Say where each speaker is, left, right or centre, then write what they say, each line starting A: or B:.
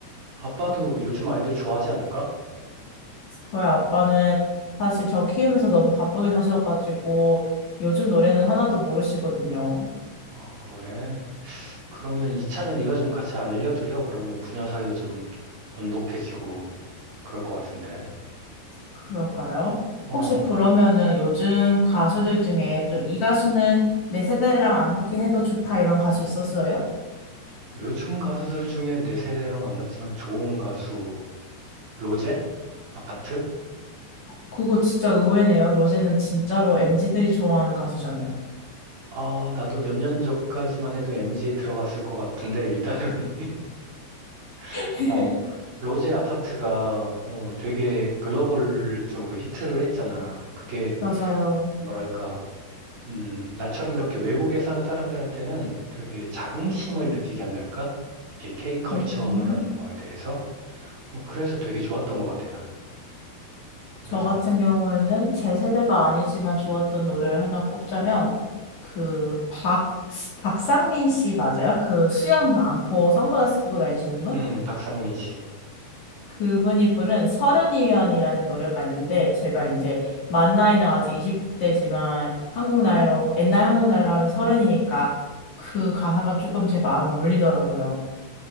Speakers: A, on the right (about 55°); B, on the left (about 45°).
A: 아빠도 요즘 아이돌 좋아하지 않을까?
B: 저희 아빠는 사실 저 키우면서 너무 바쁘게 사셔가지고 요즘 노래는 하나도 모르시거든요.
A: 아, 그래. 그러면 이참에 네가 좀 같이 알려드려. 그러면 부녀 사이도 좀 돈독해지고 그럴 것 같은데.
B: 그럴까요?
A: 어,
B: 혹시 그러면은 요즘 가수들 중에 좀 이 가수는 내 세대랑 안 맞긴 해도 좋다 이런 가수 있었어요?
A: 요즘 가수들 중에 내 세대랑 안 맞지만 좋은 가수, 로제? 아파트?
B: 그거 진짜 의외네요. 로제는 진짜로 m 지들이 좋아하는 가수잖아요.
A: 아, 나도 몇 년 전까지만 해도 m z 에 들어갔을 것 같은데, 일단은, <laughs>
B: <laughs>
A: 어, 로제 아파트가, 어, 되게 글로벌적으로 히트를 했잖아. 그게,
B: 맞아요.
A: 뭐랄까, 음, 나처럼 이렇게 외국에 사는 사람들한테는 되게 자긍심을 느끼게 한달까? 이게 K컬처라는
B: 음,
A: 거에 대해서. 어, 그래서 되게 좋았던 것 같아, 난. 그래서,
B: 저 같은 경우에는 제 세대가 아니지만 좋았던 노래를 하나 꼽자면, 그, 박, 박상민 씨 맞아요? 그 수염 많고 선글라스 끼고 다니시는 분?
A: 음, 박상민 씨.
B: 그분이 부른 서른이면이라는 노래가 있는데, 제가 이제 만 나이는 아직 20대지만 한국 나이로, 옛날 한국 나이로 하면 서른이니까 그 가사가 조금 제 마음을 울리더라고요.